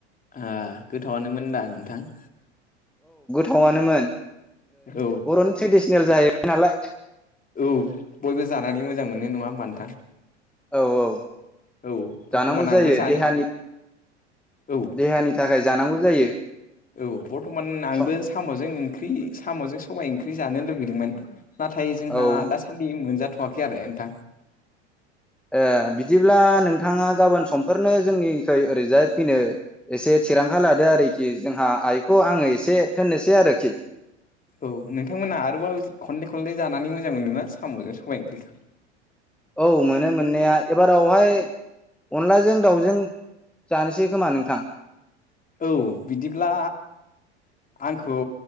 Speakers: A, on the left; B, in the centre.
A: आ गोथावआनोमोन दा नोंथां
B: थावानोमोन
A: औ
B: बर'नि ट्रेदिसनेल जाहै नालाय
A: औ बयबो जानानै मोजां मोनो नङा होमबा नोंथां
B: औ औ
A: औ बर्थमान
B: जानांगौ
A: आंबो
B: जायो
A: जानो
B: देहानि
A: औ
B: देहानि थाखाय जानांगौ जायो
A: औ बर्थमान आंबो
B: स
A: साम'जों ओं ख्रि साम'जों सबाय ओंख्रि जानो लुगैदोंमोन नाथाय जोंहा
B: औ
A: दासान्दि मोनजा थ'वाखै आरो नोंथां
B: ओ बिदिब्ला नोंथाङा गाबोन समफोरनो जोंनिखै ओरैजाय फैनो एसे थिरांथा लादो आरोखि जोंहा आइखौ आङो एसे थोननोसै आरोखि
A: औ नोंथांमोना आरोबाव खनले खनले जानानै मोजां मोनदों ना साम'जों सबबाय ओंख्रिखौ
B: औ मोनो मोननाया एबारावहाय अनलाजों दाउजों जानोसै खोमा नोंथां
A: औ बिदिब्ला आंखौ